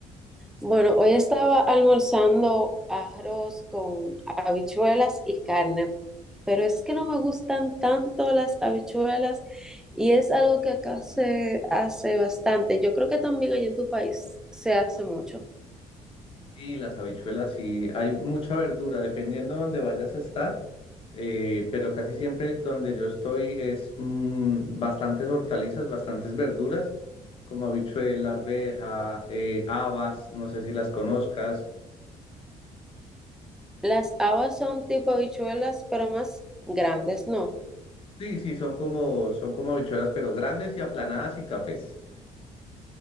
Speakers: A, in the centre; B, on the left (about 40°).
A: Bueno, hoy estaba almorzando arroz con habichuelas y carne, pero es que no me gustan tanto las habichuelas y es algo que acá se hace bastante. Yo creo que también allá en tu país se hace mucho.
B: Y las habichuelas, sí, hay mucha verdura, dependiendo de dónde vayas a estar, eh, pero casi siempre donde yo estoy es mm, bastantes hortalizas, bastantes verduras, como habichuela, arveja, eh, habas, no sé si las conozcas.
A: Las habas son tipo habichuelas, pero más grandes, ¿no?
B: Sí, sí, son como, son como habichuelas, pero grandes y aplanadas y cafés.